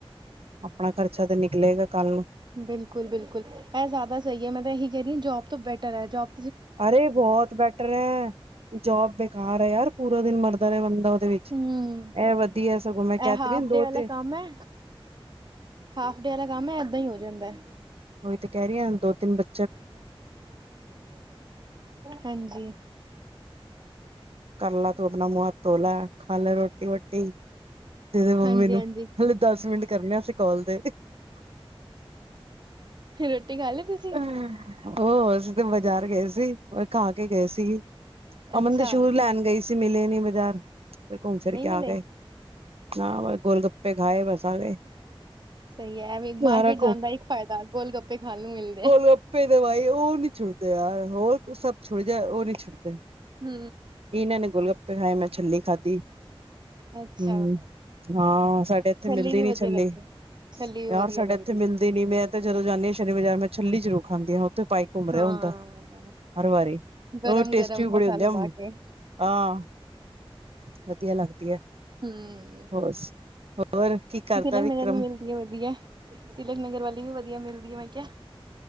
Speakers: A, on the right (about 80°); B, on the right (about 50°).
A: ਅਪਣਾ ਖਰਚਾ ਤੇ ਨਿਕਲੇਗਾ ਕੱਲ ਨੂੰ।
B: ਬਿਲਕੁਲ ਬਿਲਕੁਲ ਐ ਜਦਾ ਸਹੀ ਐ ਮੈਂ ਤਾਂ ਏਈ ਕਹ ਰਈ ਆਂ ਜੋਬ ਤੋਂ ਬੈਟਰ ਐ ਜੋਬ
A: ਅਰੇ ਬੋਹੋਤ ਬੈਟਰ ਐ ਜੋਬ ਬੇਕਾਰ ਐ ਯਾਰ ਪੂਰਾ ਦਿਨ ਮਰਦਾ ਰਏ ਬੰਦਾ ਔਦੇ ਵਿੱਚ।
B: ਹੂੰ
A: ਐ ਵਧੀਆ ਸਗੋ, ਮੈਂ ਕਹਿ
B: ਇਹ
A: ਤੇ
B: ਹਾਫ
A: ਰਹੀ ਆਂ ਦੋ
B: ਡੇ ਵਾਲਾ
A: ਤੇ
B: ਕੰਮ ਹੈ ਹਾਫ ਡੇ ਆਲਾ ਕੰਮ ਐ, ਐਦਾਂ ਈ ਹੋ ਜਾਂਦੈ।
A: ਓਈ ਤੇ ਕਹ ਰਈ ਆਂ, ਦੋ-ਤਿੰਨ ਬੱ
B: ਹਾਂਜੀ।
A: ਕਰਲਾ ਤੂੰ ਅਪਣਾ ਮੂੰਹ ਹੱਥ ਧੋਲਾ, ਖਾਲੈ ਰ੍ਹੋਟੀ-ਵੋਟੀ। ਤੇਰੇ ਮੰਮੀ
B: ਹਾਂਜੀ
A: ਨੂੰ,
B: ਹਾਂਜੀ
A: ਹਾਲੇ ਦੱਸ ਮਿੰਟ ਕਰਨੇ ਅਸੀ ਕੌਲ ਤੇ।
B: ਰੋਟੀ ਖਾਲੀ, ਤੁਸੀ?
A: ਹੂੰ, ਉਹ ਅਸੀਂ ਤੇ ਬਜ਼ਾਰ ਗਏ ਸੀ, ਓਈ ਖਾਕੇ ਗਏ ਸੀ। ਅਮਨ
B: ਅੱਛਾ
A: ਦੇ ਸ਼ੂ ਲੈਣ
B: ਕਿ-
A: ਗਈ ਸੀ ਮਿਲੇ ਨੀ ਬਜ਼ਾਰ, ਫਿਰ ਘੁੰਮ-ਫਿਰਕੇ
B: ਨਹੀਂ
A: ਆ
B: ਮਿਲੇ
A: ਗਏ। ਨਾ ਗੋਲਗੱਪੇ ਖਾਏ, ਬਸ ਆ ਗਏ।
B: ਸਹੀ ਐ ਵੀ ਮਾਰਕੀਟ
A: ਸਾਰਾ
B: ਜਾਣ ਦਾ ਇੱਕ ਫਾਇਦਾ, ਗੋਲਗੱਪੇ ਖਾਣ ਨੂੰ ਮਿਲ
A: ਗੋਲਗੱਪੇ, ਦਵਾਈ, ਉਹ ਨੀ ਛੁਟਦੇ ਯਾਰ, ਹੋਰ ਸਭ ਛੁਟ ਜਾਏ, ਉਹ ਨੀ ਛੁਟਦੇ।
B: ਹੂੰ
A: ਕਿ ਇਹਨਾਂ ਨੇ ਗੋਲਗੱਪੇ ਖਾਏ, ਮੈਂ ਛੱਲੀ ਖਾਦੀ।
B: ਅੱਛਾ
A: ਹੂੰ, ਹਾਂ ਸਾਡੇ ਇੱਥੇ
B: ਛੱਲੀ
A: ਮਿਲਦੀ
B: ਵੀ
A: ਨੀ
B: ਵਧੀਆ
A: ਛੱਲੀ।
B: ਲੱਗਦੀ ਛੱਲੀ ਵੀ
A: ਯਾਰ
B: ਵਧੀਆ
A: ਸਾਡੇ
B: ਲੱਗਦੀ
A: ਇੱਥੇ ਮਿਲਦੀ
B: ਹੈ।
A: ਨੀ, ਮੈਂ ਤੇ ਜਦੋਂ ਜਾਂਨੀ ਆ ਸ਼ਨੀ ਬਜ਼ਾਰ, ਮੈਂ ਛੱਲੀ ਜ਼ਰੂਰ ਖਾਂਦੀ ਆ, ਉੱਥੇ ਪਾਈ ਘੁੰਮ ਰਿਹਾ
B: ਹਾਂ
A: ਹੁੰਦਾ, ਹਰ ਵਾਰੀ।
B: ਗਰਮ
A: ਉਹ ਟੇਸਟੀ
B: ਗਰਮ
A: ਵੀ ਬੜੀ
B: ਮਸਾਲੇ
A: ਹੁੰਦੇ ਆ,
B: ਪਾ ਕੇ
A: ਆ। ਵਧੀਆ ਲੱਗਦੀ ਐ,
B: ਹਮ
A: ਹੋਸ, ਹੋਰ ਕੀ ਕਰਦਾ
B: ਤਿਲਕ
A: ਵਿਕਰਮ
B: ਨਗਰ ਵੀ ਮਿਲਦੀ ਐ ਵਧੀਆ, ਤਿਲਕ ਨਗਰ ਵਾਲੀ ਵੀ ਵਧੀਆ ਮਿਲਦੀ ਏ, ਮੈਂ ਕਿਹਾ।